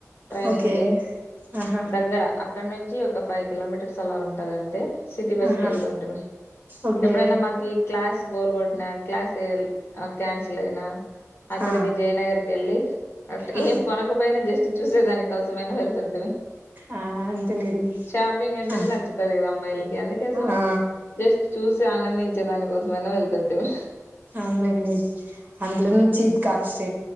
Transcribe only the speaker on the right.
ఓకే
ఆహా
ఆహా
ఓకే
ఆ
ఆ
ఆ అంతేలేండి
ఆ
ఆ
అవునండి అందులో ను చీప్ కాస్ట్